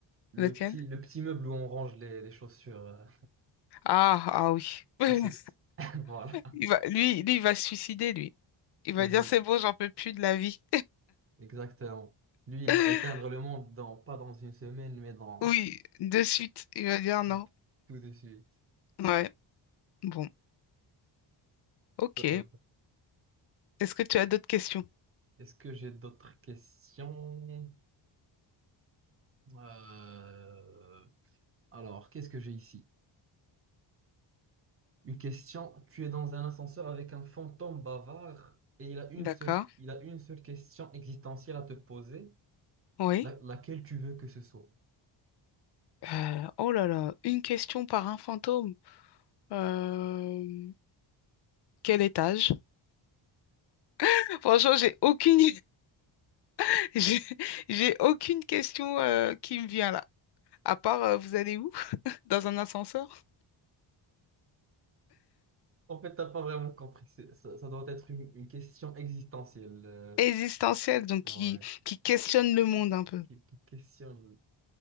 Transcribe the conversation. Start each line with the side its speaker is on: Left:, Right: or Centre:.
Right: Le
Left: Lequel?
Right: petit, le petit meuble où on range les, les chaussures. euh,
Left: Ah, ah oui. <laughs>
Right: à ce... <laughs> Voilà.
Left: Il va, lui, lui, il va se suicider, lui. Il va
Right: Lui,
Left: dire, c'est bon, j'en peux plus de la vie.
Right: exactement. Lui, il
Left: <laughs>
Right: va éteindre le monde dans, pas dans une semaine, mais dans
Left: Oui, de suite, il va dire non.
Right: <laughs> tout de suite.
Left: Ouais, bon, ok.
Right: Euh,
Left: Est-ce que tu as d'autres questions?
Right: est-ce que j'ai d'autres questions? Euh, Alors, qu'est-ce que j'ai ici? Une question. Tu es dans un ascenseur avec un fantôme bavard et il a une
Left: D'accord.
Right: seule, il a une seule question existentielle à te poser.
Left: Oui.
Right: La- laquelle tu veux que ce soit.
Left: Euh, oh là là, une question par un fantôme. Euh, quel étage? <laughs> Franchement, j'ai aucune, <laughs> j'ai j'ai aucune question euh, qui me vient là. À part, euh, vous allez où? <laughs> Dans un ascenseur?
Right: En fait, t'as pas vraiment compris. C'est- Ça, ça doit être une, une question existentielle. euh,
Left: Existentiel, donc
Right: ouais.
Left: qui, qui questionne le monde un peu.
Right: Qui, qui questionne